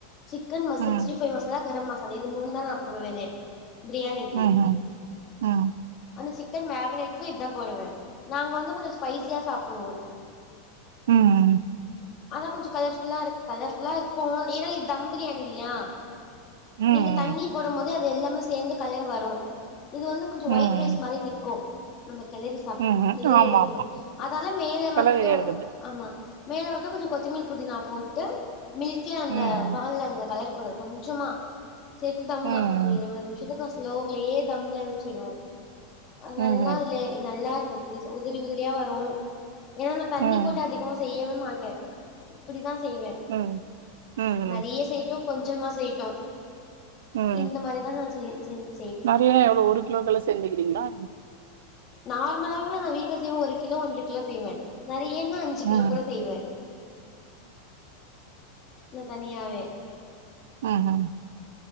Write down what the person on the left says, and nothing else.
சிக்கன் மஸ்
சிக்ஸ்டி ஃபை மசாலா கர மசா இது மூணு தா நா போடுவனே பிரியாணிக்கு
அந்த சிக்கன் மேக் நா எக்கும் இதா போடுவே நாங்க வந்து கொஞ்சோ ஸ்பைசியா சாப்டுவோ
ஆனா கொஞ்சோ கலர்ஃபுல்லா இரு கலர்ஃபுல்லா இருக்கும் ஏன்னா இது தம் பிரியாணி இல்லியா
நீங்க தண்ணி போடும் போது அது எல்லாமே சேந்து கலர் வரும் இது வந்து கொஞ்சோ
ஒயிட் ரைஸ் மாரி நி்க்கும் நம கெளறி சா
கெளறி
எடுக்கணு அதால மேல
மட்டும்
ஆமா மேல மட்டும் கொஞ்சோ கொத்தமல்லி புதினா போட்டு மில்க்ல அந்த
பால்ல அந்த கலர் பவுடர் கொஞ்சமா சேத்து தம்மா
ஒரு இருவது நிம்ஷத்துக்கு ஸ்லோவுலே தம்ல வச்சுடுவோ அது நல்லா
இல்ல நல்லாருக்கு இப்டி உதிரி உதிரி யா வரும் ஏன்னா நா தண்ணி
போட்டு அதிகமா செய்யவே மாட்டேன் இப்டிதா செய்வேன்
நறைய செய்ட்டும் கொஞ் ஜமா செய்ட்டும்
இந்த மாரிதா நா செய் சொல்
நார்மலாவே நா வீட்ல செய்வே ஒரு கிலோ ஒன்டர கிலோ செய்வே நெறைய இன்னு அஞ்சு
கிலோ
கூட செய்வே நா தனியாவே